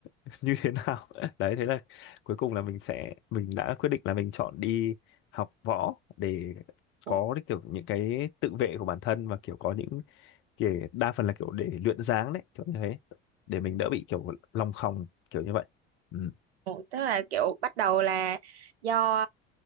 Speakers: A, on the left; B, on the right.
A: <laughs> như thế nào <laughs> đấy thế là cuối cùng là mình sẽ mình đã quyết định là mình chọn đi học võ để
B: Ồ,
A: có cái kiểu những cái tự vệ của bản thân và kiểu có những kiểu đa phần là kiểu để luyện dáng đấy kiểu như thế để mình đỡ bị kiểu lòng khòng kiểu như vậy ừ.
B: ồ, tức là kiểu bắt đầu là do